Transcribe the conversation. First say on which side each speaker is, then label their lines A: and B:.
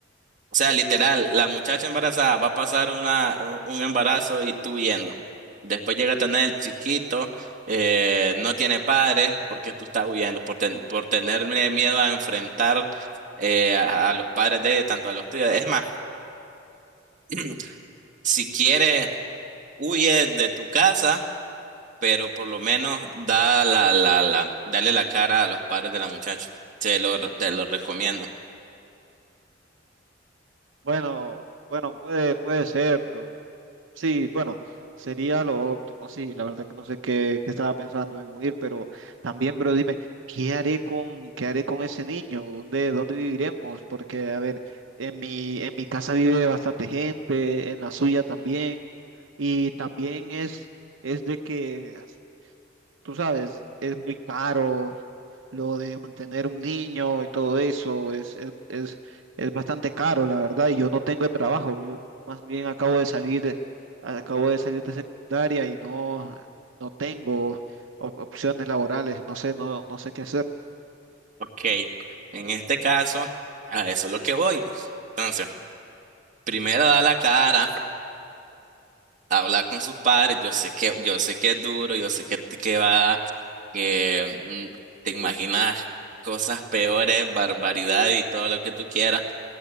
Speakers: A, on the right (about 40°); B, on the right (about 85°).
A: O sea, literal, la muchacha embarazada va a pasar una, un un embarazo y tú huyendo. Después llega a tener el chiquito, eh, no tiene padres porque tú estás huyendo, por, ten- por tenerle miedo a enfrentar eh, a, a los padres de ella, tanto a los tuyos. Es más, <clears throat> si quieres, huye de tu casa, pero por lo menos da la, la, la, dale la cara a los padres de la muchacha. Te lo, te lo recomiendo.
B: Bueno, bueno, puede, puede ser, pero sí, bueno, sería lo óptimo, sí, la verdad que no sé qué, qué estaba pensando en huir, pero también, bro, dime, ¿qué haré con, qué haré con ese niño? ¿Dónde, dónde viviremos? Porque, a ver, en mi, en mi casa vive bastante gente, en la suya también, y también es, es de que, tú sabes, es muy caro, lo de mantener un niño y todo eso es, es, es, es bastante caro, la verdad, y yo no tengo trabajo, yo más bien acabo de salir de, acabo de salir de secundaria y no, no tengo op- opciones laborales, no sé, no, no sé qué hacer.
A: Ok, en este caso, a eso es lo que voy. Entonces. Primero da la cara, habla con sus padres, yo sé que, yo sé que es duro, yo sé que, que va, que mm, te imaginas cosas peores, barbaridad y todo lo que tú quieras,